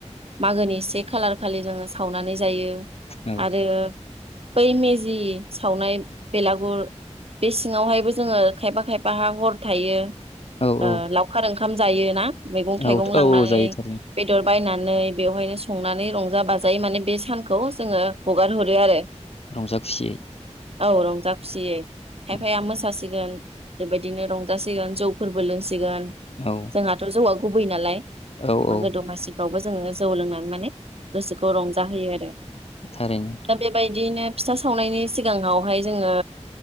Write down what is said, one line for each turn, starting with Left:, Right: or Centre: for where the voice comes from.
Right: मागोनि से खालार खालि जोङो सावनानै जायो
Left: औ
Right: आरो बै मेजि सावनाय बेलागुर बे सिङावहायबो जोङो खायफा खायफाहा हर थायो।
Left: औ
Right: ओ
Left: औ
Right: लावखार ओंखा खाम जायो ना? मैगं
Left: औ
Right: थाइगं लांनानै
Left: औ जायो थारैनो
Right: बेदर बायनानै नै बेवहायनो संनानै रंजा बाजायै माने बे सानखौ जोङो हगार हरो आरो।
Left: रंजा खुसियै।
Right: औ रंजा खुसियै। खायफाया
Left: औ
Right: मोसासि गोन बे बायदिनो रंजासिगोन जौफोरबो लोंसि गोन
Left: औ
Right: जोंहाथ' जौआ गुबै नालाय।
Left: औ
Right: मागो
Left: औ
Right: दमासिफ्रावबो जोङो जौ लोंनानै माने गोसोखौ रंजा होयो आरो।
Left: थारैनो
Right: दा बेबायदियैनो <inaudible> सावनायनि सिगाङावहाय जोङो